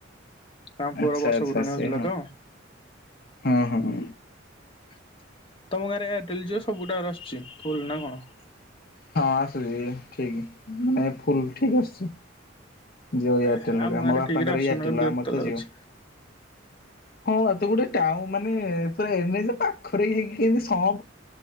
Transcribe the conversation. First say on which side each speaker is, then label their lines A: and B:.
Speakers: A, on the left; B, on the left.
A: ତାଙ୍କ ପୁଅର
B: ଆଛା
A: ବର୍ଷ
B: ଆଚ୍ଛା
A: ପୁରାଣୀ
B: ସେ
A: ହଉଥିଲା
B: ହଁ।
A: ତ
B: <inaudible> ହଁ ହଁ।
A: <inaudible> ତମ ଗାଁରେ ଏୟାରଟେଲ ଯିଓ ସବୁ ତାୱାର ଆସୁଚି? ଫୁଲ ନା କଣ?
B: ହଁ ଆସୁଚି ଠିକ। <inaudible> ମାନେ ଫୁଲ ଠିକ ଆସୁଚି। ଜିଓ
A: ଏ
B: ଏୟାରଟେଲ ର ବି।
A: ଗାଁରେ
B: ଆମ ବାପାଙ୍କର
A: ଠିକରେ ଆସୁନି
B: ଏୟାରଟେଲ,
A: ବିରକ୍ତ
B: ଆମର
A: ଲାଗୁଛି।
B: ତ ଜିଓ। ହଁ ବା ତ ଗୋଟେ ଟାଉ ମାନେ ପୁରା ଏନ ଏଚ ପାଖରେ ହେଇକିନି ସମ